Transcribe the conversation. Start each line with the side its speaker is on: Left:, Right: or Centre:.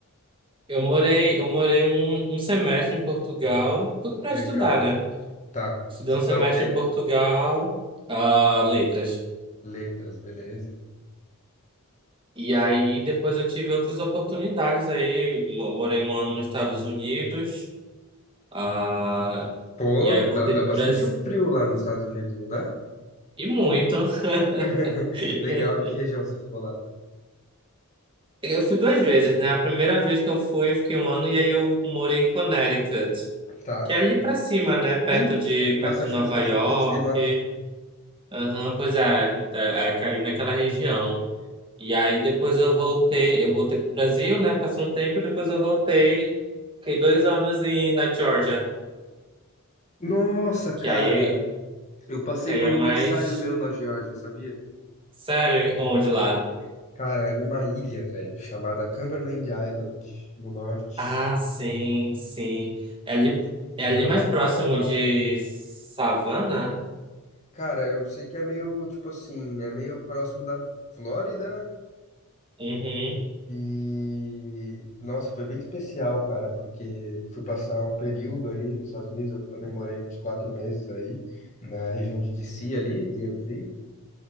Right: eu morei, eu morei um, um semestre em Portugal, tudo para
Left: Legal.
Right: estudar, né?
Left: Tá.
Right: Estudei
Left: Estudar
Right: um semestre
Left: o quê?
Right: em Portugal, ah, letras.
Left: Letras, beleza.
Right: E aí depois eu tive outras oportunidades aí. Mo- Morei um ano nos Estados Unidos. Ah,
Left: Pô,
Right: e aí eu
Left: dá,
Right: voltei
Left: dá
Right: pro
Left: pra
Right: Brasil.
Left: sentir um frio lá nos Estados Unidos, não dá?
Right: E muito.
Left: <laughs>
Right: <laughs>
Left: Legal, em que região você ficou lá?
Right: Eu fui duas vezes, né? A primeira vez que eu fui, eu fiquei um ano e aí eu morei em Connecticut,
Left: Tá.
Right: que é ali pra cima, né? Perto
Left: Sim,
Right: de,
Left: Massachusetts,
Right: perto de Nova York.
Left: eu conheci lá.
Right: Aham, pois é, é, é ali naquela região. E aí depois eu voltei, eu voltei pro Brasil, né? Passou um tempo e depois eu voltei. Fiquei dois anos em, na Georgia,
Left: Nossa,
Right: que
Left: cara,
Right: aí
Left: eu passei
Right: E aí
Left: um aniversário
Right: é mais.
Left: meu na Geórgia, sabia?
Right: Sério, onde
Left: Aham.
Right: lá?
Left: Cara, é numa ilha, velho, chamada Cumberland Island, no norte.
Right: Ah, sim, sim. É ali, é ali
Left: É um
Right: mais
Left: parque
Right: próximo
Left: nacional.
Right: de Savana?
Left: Cara, eu sei que é meio, tipo assim, é meio próximo da Flórida,
Right: Uhum.
Left: E nossa, foi bem especial, cara, porque fui passar um período aí nos Estados Unidos, eu também morei uns quatro meses aí, na região de DC ali, DMV.